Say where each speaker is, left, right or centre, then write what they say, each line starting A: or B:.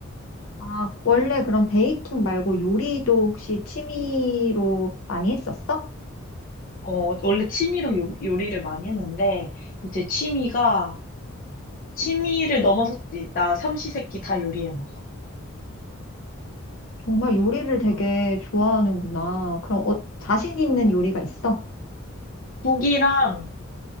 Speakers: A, on the left; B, on the left.
A: 아, 원래 그럼 베이킹 말고 요리도 혹시 취미로 많이 했었어?
B: 어, 원래 취미로 요, 요리를 많이 했는데 이제 취미가 취미를 넘어섰지. 나 삼시세끼 다 요리해 먹어.
A: 정말 요리를 되게
B: 어.
A: 좋아하는구나. 그럼 어, 자신 있는 요리가 있어?
B: 국이랑